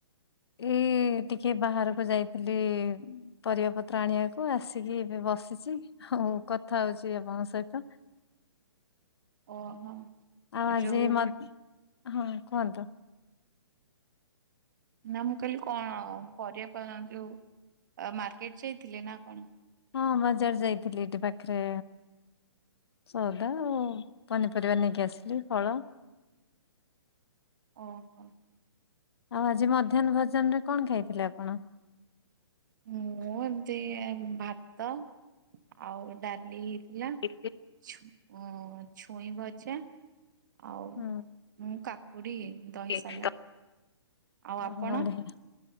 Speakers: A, on the left (about 60°); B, on the right (about 45°).
A: ଏଇ ଟିକେ ବାହାରକୁ ଯାଇଥିଲି। ପରିବା ପତ୍ର ଆଣିବାକୁ ଆସିକି ଏବେ ବସିଛି। ହଉ କଥା ହଉଛି ଆପଣଙ୍କ ସହିତ।
B: ଓହୋ
A: ଆଉ ଆଜି
B: ଯୋଉ
A: ମ ହଁ କୁହନ୍ତୁ
B: ନା ମୁଁ କହିଲି କଣ ପରିବା ପା ଯୋଉ। ଆ ମାର୍କେଟ ଯାଇଥିଲେ ନା କଣ?
A: ହଁ ବଜାର ଯାଇଥିଲି ଏଠି ପାଖରେ। ସଉଦା ଆଉ ପନିପରିବା ନେଇକି ଆସିଲି ଫଳ।
B: ଓହୋ।
A: ଆଉ ଆଜି ମଧ୍ୟାହ୍ନ ଭୋଜନ ରେ କଣ ଖାଇଥିଲେ ଆପଣ?
B: ମୁଁ ଏମିତି ଭାତ, ଆଉ ଡାଲି ହେଇଥିଲା।
A: ଏ
B: ଛୁ ଛୁଇଁ ଭଜା ଆଉ।
A: ହୁଁ।
B: ମୁଁ କାକୁଡି ଦହି
A: ଏକ
B: ସାଲାଡ଼
A: ତ
B: ଆଉ
A: ଓହୋ
B: ଆପଣ।
A: ବଢିଆ